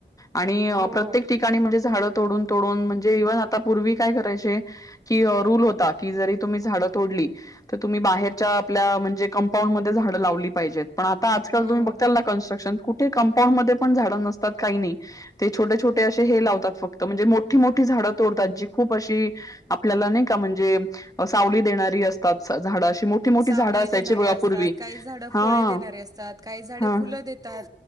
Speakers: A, on the left; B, on the right.
A: आणि
B: हो
A: प्रत्येक ठिकाणी म्हणजे झाड तोडून तोडून म्हणजे इव्हन आता पूर्वी काय करायचे. कि रूल होता की जरी तुम्ही झाडं तोडली. तर तुम्ही बाहेरच्या आपल्या म्हणजे कंपाऊंडमध्येध्ये झाडं लावली पाहिजेत. पण आता आजकाल
B: हो
A: तुम्ही बघताल ना क्स्ट्रक्शन कुठे कंपाऊंड मध्ये पण झाडं नसतात काही नाही ते छोटे छोटे असे हे लावतात फक्त म्हणजे मोठी मोठी झाडं तोडतात जी खूप अशी आपल्याला नाही का म्हणजे सावली देणार असतात झाड अशी मोठी-मोठी
B: सावली
A: झाडं असायची
B: देणारे
A: बघा
B: असतात
A: पूर्वी.
B: काही झाड
A: हां,
B: फळे देणारे असतात काही झाडे
A: हां,
B: फुलं देतात.